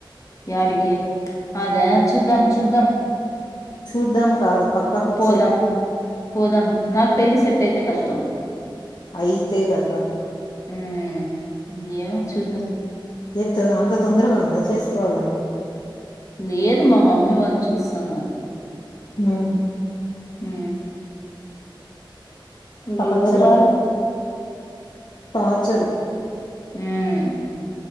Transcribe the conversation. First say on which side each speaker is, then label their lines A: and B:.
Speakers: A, on the left; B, on the left.
A: యాడికి అదే చూద్దాం చూద్దాం
B: చూద్దాం కాదు పక్కా ఫిక్స్
A: పోదాం
B: అయిపో
A: పోదాం నాకు పెళ్ళి సెట్ అయితే కష్టం
B: అయితే కదా
A: మ్ ఎమో చుద్దాం
B: ఎంత అంత తొందరగా ఉందా చేసుకోవాలని
A: లేరు మా మమ్మీ వాళ్ళు చూస్తున్నారు
B: మ్
A: మ్
B: టార్చర్
A: య్యోరు వాళ
B: టార్చారు
A: మ్